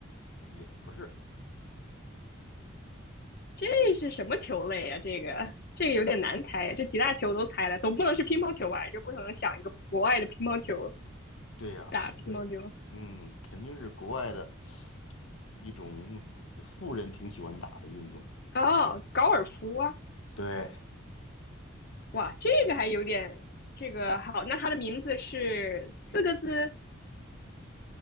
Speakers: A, on the left; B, on the left.
A: 也不是，
B: 这是什么球类呀、这个这个有点难猜呀，这几大球都猜了，总不能是乒乓球吧？这不可能想一个国外的乒乓球
A: 对呀、
B: 打乒乓球
A: 不会，嗯，肯定是国外的一种富人挺喜欢打的运动。
B: 哦，高尔夫啊！
A: 对，
B: 哇，这个还有点这个好，那它的名字是四个字。